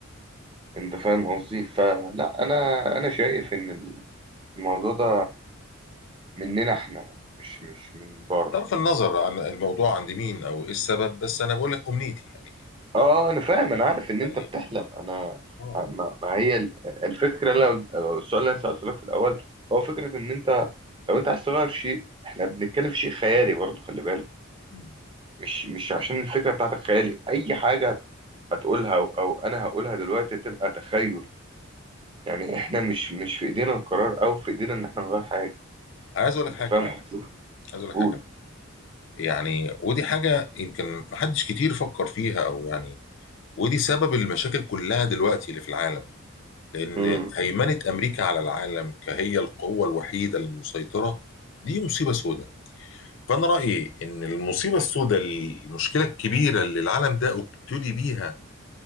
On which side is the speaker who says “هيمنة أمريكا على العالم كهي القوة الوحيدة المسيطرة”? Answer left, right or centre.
Left